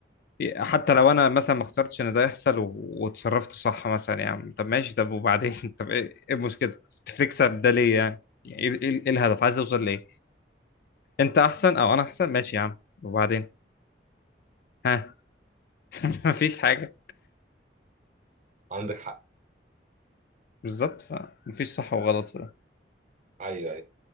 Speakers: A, on the left (about 60°); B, on the right (about 45°).
A: حتى لو انا مثلا ما اخترتش ان ده يحصل و... وتصرفت صح مثلا يعني طب ماشي طب وبعدين <laughs> طب ايه إيه المشكله تكسب ده ليه يعني يعني ايه إيه- إيه الهدف عايز اوصل ليه انت احسن او انا احسن ماشي يا عم وبعدين ها <laughs> مفيش حاجه
B: عندك حق
A: بالظبط فمفيش صح وغلط
B: ايوه ايوه